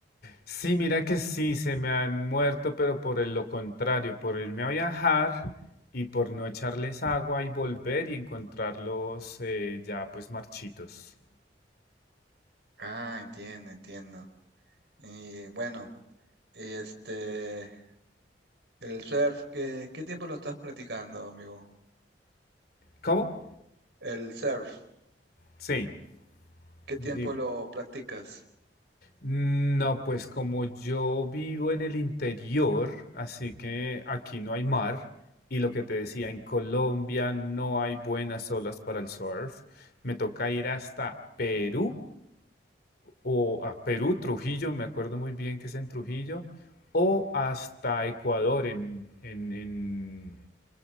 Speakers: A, on the left; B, on the right.
A: Sí, mira que sí, se me han muerto, pero por el- lo contrario, por irme a viajar y por no echarles agua y volver y encontrarlos eh, ya pues marchitos.
B: Ah, entiendo, entiendo. Y bueno, y este, el surf, ¿qué, qué tiempo lo estás practicando, amigo?
A: ¿Cómo?
B: El surf,
A: Sí,
B: ¿qué
A: di-
B: tiempo lo practicas?
A: No, pues como yo vivo en el interior, así que aquí no hay mar y lo que te decía, en Colombia no hay buenas olas para el surf. Me toca ir hasta Perú o a Perú, Trujillo, me acuerdo muy bien que es en Trujillo, o hasta Ecuador en, en, en